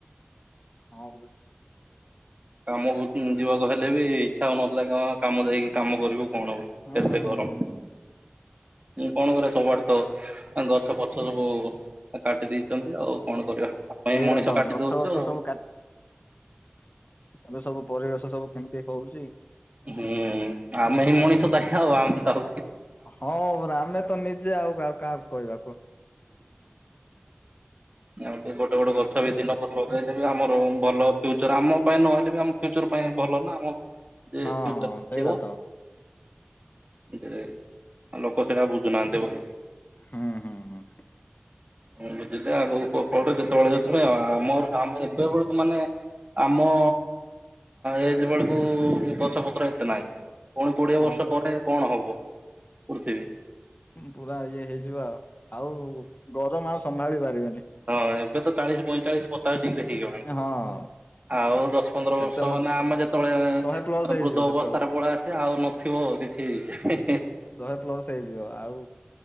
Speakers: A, on the left; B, on the right.
A: ହଁ ପରା
B: କାମ ହୋଉ ଯିବାକୁ ହେଲେ ବି ଇଚ୍ଛା ହଉନଥିଲା କଣ କାମ ଯାଇକି କାମ କରିବୁ କଣ
A: ହୁଁ
B: କେତେ
A: ହୁଁ
B: ଗରମ୍
A: ହୁଁ।
B: କଣ କରେ ସବୁଆଡେ ତ ଗଛ ପଛ ସବୁ କାଟି ଦେଇ ଚନ୍ତି ଆଉ କଣ କରିବା ଆ ପାଇଁ
A: ସେଇଟା
B: ମଣିଷ
A: ତ
B: କାଟି
A: ଗଛ
B: ଦଉଚ
A: ଗଛ
B: ଆଉ
A: ସବୁ ଏମେ ସବୁ ପରିବେଶ ସବୁ କେମିତି ହଉଛି
B: ହୁଁ ଆମେ ହି ମଣିଷ ତାୟ ହବା ଆଉ ଆମେ ତ
A: ହଁ ପରାଆମେ ତ ନିଜେ ଆଉ କାହାକୁ କହିବା କୁଅ
B: ଆଉ ଟିକେ ଗୋଟେ ଗୋଟେ ଗଛ ବି ଦିନକୁ ଲଗେଇଲେ ବି ଆମର ଭଲ ଫ୍ୟୁଚର ଆମ ପାଇଁ ନହେଲେ ବି ଆମ ଫ୍ୟୁଚର ପାଇ ଭଲ ନା ଆମ ଫ୍ୟୁ
A: ହଁ ହଁ
B: ଚର ଥିବ।
A: ସେଇଟା ତ।
B: ଆଉ ଲୋକ ସେଇଟା ବୁଝୁନାହାନ୍ତି ବୋଲି
A: ହଁ ହଁ ହଁ
B: ହଁ ବୁଝିଲେ ଆଗ ଉପଳରେ ଯେତେବେଳେୁଁ ଆ ଆମର ଆମେ ଏବେ ବଳକୁ ମାନେ ଆମ ଏଜେ ବେଳକୁ ଗଛ ପତ୍ର ଏତେ ନାହିଁ। ପୁଣି କୋଡିଏ
A: ହଁ
B: ବର୍ଷ
A: ପରା।
B: ପରେ କଣ ହବ ପୃଥିବୀ?
A: ପୁରା ଇଏ ହେଇଯିବ ଆଉ ଆଉ ଗରମ ଆଉ ସମ୍ଭାଳି ପାରିବେନି
B: ହଁ ଏବେ ତ ଚାଳିଶ ପଇଁଚାଳିଶ ପଚାଶ ଡିଗ୍ରୀ ହେଇଗଲାଣି
A: ହଁ
B: ଆଉ ଦଶ ପନ୍ଦର
A: ସେତେବେଳେ
B: ବର୍ଷ ମାନେ ଆମେ ଯେତେବେଳେ
A: ଶହେ ପ୍ଲସ୍ ହେଇଯିବ
B: ବୃଦ୍ଧ
A: ସେତେବେଳେ
B: ଅବସ୍ଥାରେ ପଳେଇ ଆସେ ଆଉ ନ ଥିବ କିଛି ହେ ହେଁ
A: ଶହେ ପ୍ଲସ ହେଇଯିବ ଆଉ